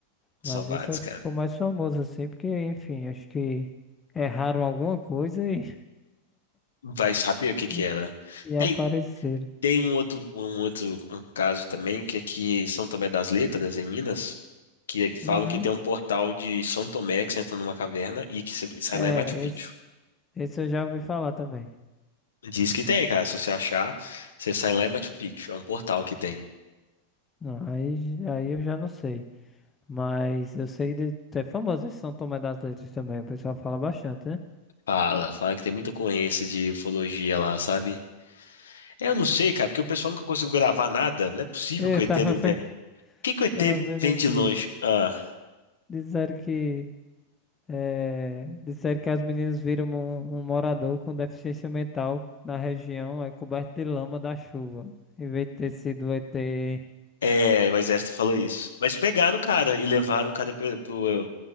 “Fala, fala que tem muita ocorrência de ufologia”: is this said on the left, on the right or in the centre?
Left